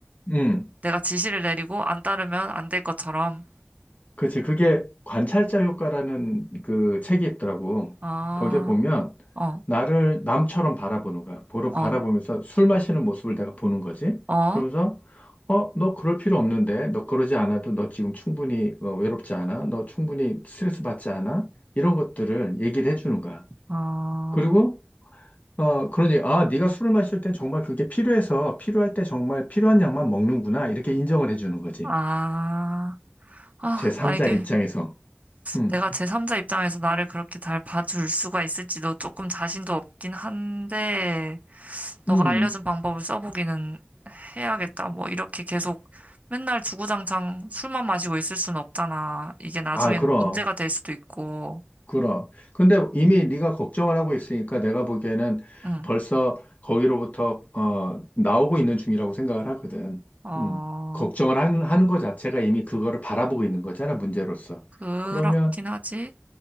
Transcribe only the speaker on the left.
음,
그치. 그게 관찰자 효과라는 그 책이 있더라고.
거기에 보면
나를 남처럼 바라보는 거야. 보러,
바라보면서 술 마시는 모습을 내가 보는 거지.
그러면서, 어, 너 그럴 필요 없는데. 너 그러지 않아도 너 지금 충분히 어, 외롭지 않아? 너 충분히 스트레스 받지 않아? 이런 것들을 얘기를 해주는 거야.
그리고, 어, 그러니, 아, 네가 술을 마실 때 정말 그게 필요해서 필요할 때 정말 필요한 양만 먹는구나. 이렇게 인정을 해주는 거지.
제3자
입장에서. 음.
음,
아, 그럼,
그럼. 근데 이미 네가 걱정을 하고 있으니까 내가 보기에는
벌써 거기로부터 어, 나오고 있는 중이라고 생각을 하거든.
음, 걱정을 하는, 하는 것 자체가 이미 그거를 바라보고 있는 거잖아, 문제로서.
그러면,